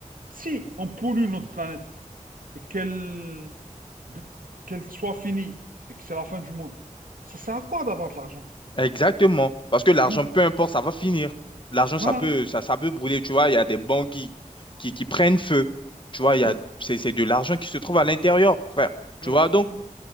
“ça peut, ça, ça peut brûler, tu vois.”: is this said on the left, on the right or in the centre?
Left